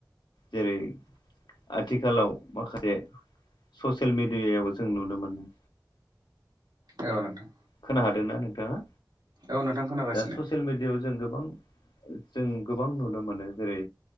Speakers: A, on the left; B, on the right.
A: जेरै आथिखालाव माखादे ससेल मिडियायाव जों नुनो मोनो
B: औ नोंथां
A: खोना हादोंना नोंथाङा
B: औ नोंथां खोनागासिनो
A: दा ससेल मिडियायाव जों गोबां जों गोबां नुनो मोनो जेरै